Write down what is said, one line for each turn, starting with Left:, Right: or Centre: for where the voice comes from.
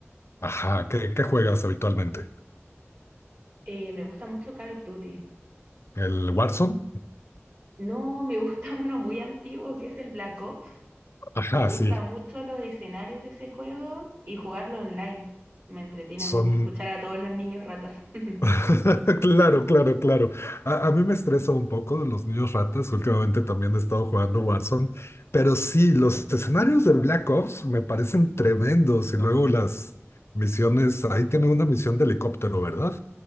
Left: ajá. ¿Qué, qué juegas habitualmente?
Right: Eh, me gusta mucho Call of Duty.
Left: ¿El Warzone?
Right: No, me gusta <laughs> uno muy antiguo que es el Black Ops.
Left: Ajá,
Right: Me gustan
Left: sí.
Right: mucho los escenarios de ese juego y jugarlo online. Me entretiene
Left: Son
Right: mucho escuchar a todos los niños ratas. <laughs>
Left: <laughs> Claro, claro, claro. A, a mí me estresa un poco de los niños ratas. Últimamente también he estado jugando Warzone, pero sí, los escenarios del Black Ops me parecen tremendos. Y luego las misiones, ahí tiene una misión de helicóptero, ¿verdad?